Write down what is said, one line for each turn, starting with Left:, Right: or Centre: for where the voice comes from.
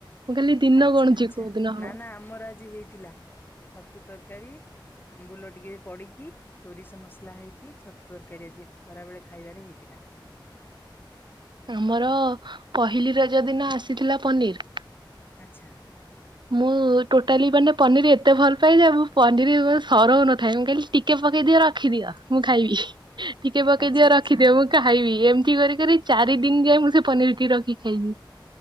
Right: ମୁଁ ଖାଲି ଦିନ
Left: ଆଚ୍ଛା
Right: ଗଣୁଛି
Left: ଆଚ୍ଛା
Right: କୋଉ ଦିନ ହବ
Left: ନା ନା ଆମର ଆଜି ହେଇଥିଲା ଛତୁ ତର ତରକାରୀ ଆମ୍ବୁଲ ଟିକେ ପଡିକି ସୋରିଷ ମସଲା ହେଇକି ଛତୁ ତରକାରୀ ଆଜି ଖରା ବେଳେ ଖାଇବାରେ ହେଇଥିଲା।
Right: ଆମର ପହିଲି ରଜ ଦିନ ଆସିଥିଲା ପନିର।
Left: ଆଚ୍ଛା।
Right: ମୁଁ ଟୋଟାଲି ମାନେ ପନିର ଏତେ ଭଲ ପାଏ ଯେ ମୁଁ ପନିର ସରଉ ନଥାଏ ମୁଁ କହିଲି ଟିକେ ପକେଇ ଦିଅ ରଖିଦିଅ ମୁଁ ଖାଇବି ଟିକେ। ଟିକେ ପକେଇଦିଅ
Left: ଆଚ୍ଛା ଆଚ୍ଛା
Right: ରଖିଦିଅ ମୁଁ ଖାଇବି ଏମିତି କରି ଚାରି ଦିନ ଯାଏ ମୁଁ ସେ ପନିର କି ରଖି ଖାଇଛିି।